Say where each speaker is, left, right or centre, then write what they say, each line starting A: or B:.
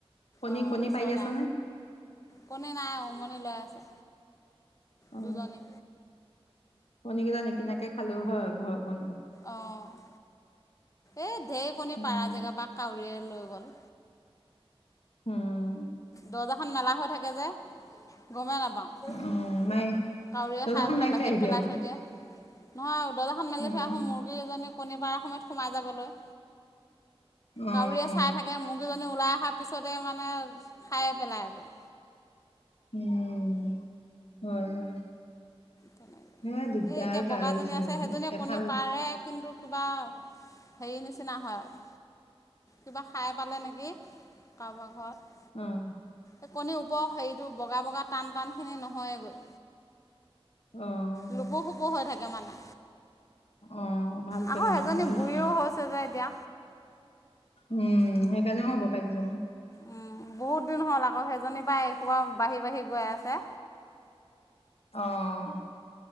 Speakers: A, on the left (about 80°); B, on the left (about 35°).
A: কণী-কণী
B: অঁ ছটা
A: পাৰি আছেনে?
B: কণী নাই, উমনি লৈ আছে
A: অ
B: দুজনী।
A: কণী কেইটা নিকিনাকে খালেও হয়, ঘৰৰ কণী।
B: অ' এই ঢেৰকণী,
A: উম
B: পাৰা জেগা পৰা কাউৰীয়ে লৈ গ'ল।
A: উম
B: দৰ্জাখন মেলা হৈ থাকে যে, গমেই নাপাওঁ। কাউৰীয়ে
A: অ নাই দৰ্জাখন
B: খাই পেলাই
A: মাৰি
B: বাহিৰত
A: থৈ আহিবি
B: পেলাই
A: আৰু
B: থৈ দিয়ে। নহয় দৰ্জাখন মেলি
A: উম
B: থৈ আহোঁ, মুৰ্গী এজনী কণী পাৰাৰ সময়ত সোমাই যাবলৈ।
A: অ অ
B: কাউৰীয়ে চাই থাকে মুৰ্গীজনী ওলাই অহাৰ পিছতে মানে খায়ে পেলাইগৈ।
A: উম' হয় হয়।
B: তেনেকে,
A: হে দিগদাৰ
B: এই এতিয়া
A: কাৰ
B: বগাজনী আছে সেইজনীয়ে
A: এফাল
B: কণী পাৰে, কিন্তু কিবা হেৰি নিচিনা হয়, কিবা খাই পালে নেকি কাৰোবাৰ ঘৰত।
A: উম'
B: এই কণীৰ ওপৰৰ হেৰিটো বগা-বগা টান টানখিনি নহয়েগৈ।
A: অ'
B: লোপো সোপো হৈ থাকে মানে।
A: অ ভালকে
B: আকৌ
A: নহয়
B: এজনী
A: হয়
B: বুঢ়ীও
A: নহয়
B: হৈছে যে এতিয়া।
A: উম' সেইকাৰণে হ'ব পাৰে কিজানি।
B: উম' বহুত দিন হ'ল আকৌ, সেইজনীৰ পৰা এসোপা বাঢ়ি-বাঢ়ি গৈ আছে।
A: অ'